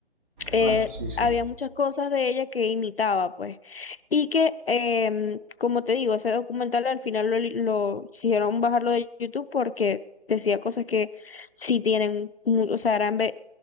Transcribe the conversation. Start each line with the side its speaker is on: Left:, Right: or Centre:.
Left: eh,
Right: Claro, sí, sí.
Left: había muchas cosas de ella que imitaba, pues. Y que, em, como te digo, ese documental al final lo, li- lo hicieron bajarlo de YouTube porque decía cosas que sí tienen, mu- o sea, eran ve-